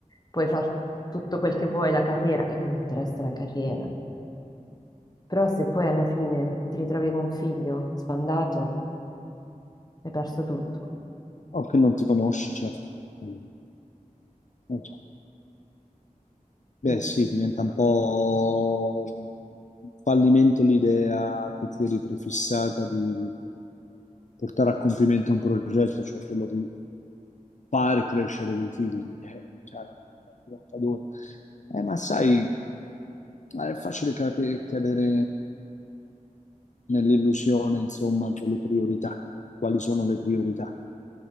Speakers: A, on the left; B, on the left.
A: puoi far tutto quel che vuoi, la carriera, e non mi interessa la carriera. Però se poi alla fine ti ritrovi con un figlio sbandato, hai perso tutto.
B: o che non ti conosci, certo. Mm. Eh, certo. Beh,
A: Quindi
B: sì, diventa un po' un fallimento l'idea che ti eri prefissata di portare a compimento un progetto, cioè quello di fare crescere dei figli. Eh, cioè, è diventa dura. Eh, ma sai, è facile cade- cadere nell'illusione, insomma, delle priorità. Quali sono le priorità?